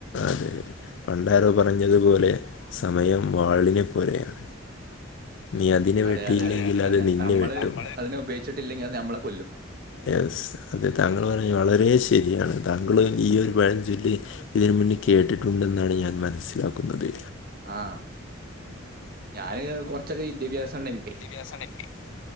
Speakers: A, on the left; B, on the right.
A: അതെ പണ്ടാരോ പറഞ്ഞു ഞ്ഞതുപോലെ സമയം വാളിനെ പോലെയാണ് നീ അതിനെ
B: അതെ
A: വെട്ടിയില്ലെങ്കിൽ
B: അതെ അതെ
A: അത് നിന്നെ
B: നമ്മള്
A: വെട്ടും
B: അതിനെ ഉപയോഗിച്ചിട്ടില്ലെങ്കിൽ അത് നമ്മളെ കൊല്ലും
A: യെസ് അതെ താങ്കൾ പറഞ്ഞ വളരെ ശരിയാണ് താങ്കൾ ഈ ഒരു പഴഞ്ചൊല്ലി ഇതിന് മുന്നേ കേട്ടിട്ടുണ്ടെന്നാണ് ഞാൻ മനസ്സിലാക്കുന്നത്
B: ആഹ ഞാന് കൊറച്ചൊക്കെ വിദ്യാഭ്യാസംണ്ട് എനിക്ക്
A: <unintelligible>